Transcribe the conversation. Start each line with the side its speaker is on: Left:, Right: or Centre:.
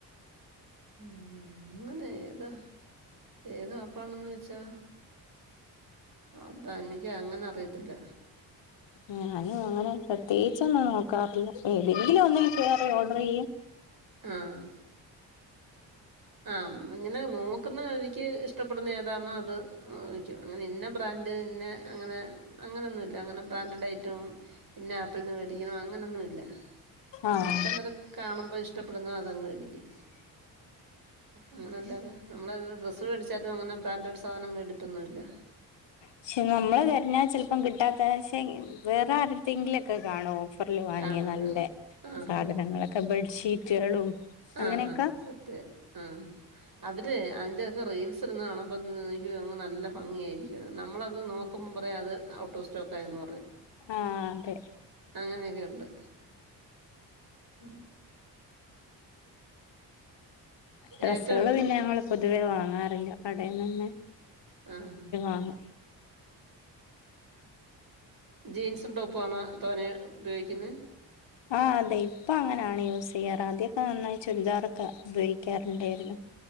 Right: ഉം അങ്ങനെ ഏതാ ഏതാപ്പാണെന്നോയ്ചാ അതാ എനിക്കങ്ങനെ അറിയത്തില്ല
Left: ഞാനും അങ്ങനെ പ്രത്യേയിച്ചൊന്നും നോക്കാറില്ല ഏതെങ്കിലും ഒന്നിൽ കേറി ഓഡറെയ്യും.
Right: ആഹ് ആഹ് ങ്ങനെ നോക്കുന്നവരിക്ക് ഇഷ്ടപ്പെടുന്ന ഏതാന്നൊ അത് വാങ്ങിക്കും. അങ്ങനെ ഇന്ന ബ്രാൻഡ് ഇന്ന അങ്ങനെ അങ്ങനൊന്നുല്ല അങ്ങനെ ബ്രാൻഡഡ് ഐറ്റം ഇന്ന ആപ്പിൽന്ന് വേടിക്കണം അങ്ങനൊന്നുല്ല.
Left: ആഹ്
Right: നമുക്കന്നേരം കാണുമ്പോ ഇഷ്ടപ്പെടുന്ന അതങ്ങ് വേടിക്കും. അങ്ങനെല്ലാതെ നമ്മളേത് ഡ്രസ് വേടിച്ചാലും അങ്ങനെ ബ്രാൻഡഡ് സാധനം <unintelligible> ന്നുല്ല
Left: പക്ഷെ നമ്മള് തെരഞ്ഞാ ചെലപ്പം കിട്ടാത്തെ പക്ഷെ വേറെ ആരുടെ ത്തെങ്കിലോക്കെ കാണു ഫറില് വാങ്ങിയ
Right: കാണും
Left: നല്ല
Right: കാണും ആഹ്
Left: സാധനങ്ങളൊക്കെ ബെഡ്ഷീറ്റുകളും അങ്ങനെയൊക്കെ
Right: ആഹ സത്യ ആഹ് അവര് അതിന്റെക്കെ റീൽസ് ഇടുന്ന കാണുമ്പോ <unintelligible> എനിക്ക് തോന്ന് നല്ല ഭംഗിയായിരിക്കുന്ന്. നമ്മളത് നോക്കുമ്പം പറയു അത് ഔട്ട് ഓഫ് സ്റ്റോക്ക് ആയെന്ന് പറയും.
Left: ആഹ് അതെ.
Right: അങ്ങനെയൊക്കെ ഉണ്ട് ഉം.
Left: ഡ്രസ്സുകള്
Right: ഏറ്റവും
Left: പിന്നെ ഞങ്ങള് പൊതുവേ വാങ്ങാറില്ല കടേന്നെന്നെ.
Right: ആഹ്.
Left: ആഹ്.
Right: ജീൻസും ടോപ്പു ആണോ തോനെ ഉപയോഗിക്കുന്നെ?
Left: ആഹ് അതെ ഇപ്പ അങ്ങനാണ് യൂസ് ചെയ്യാറ് ആദ്യൊക്കെ നന്നായി ചുരിദാറൊക്കെ ഉപയോഗിക്കാറുണ്ടായിരുന്നു.